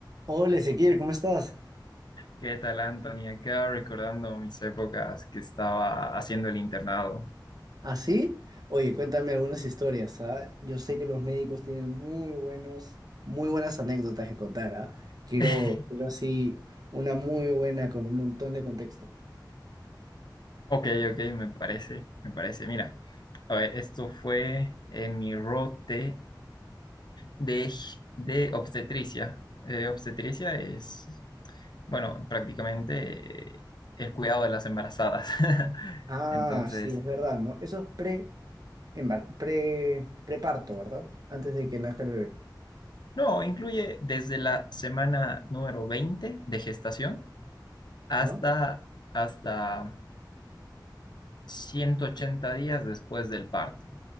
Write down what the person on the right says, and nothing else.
Hola Ezequiel, ¿cómo estás?
¿Así? Oye, cuéntame algunas historias, ¿ah? Yo sé que los médicos tienen muy buenos, muy buenas anécdotas que contar, ¿ah? Quiero,
quiero así una muy buena con un montón de contexto.
Ah,
sí, es verdad, ¿no? Eso es pre, embar- pre, preparto, ¿verdad? Antes de que nazca el bebé.
Ajá.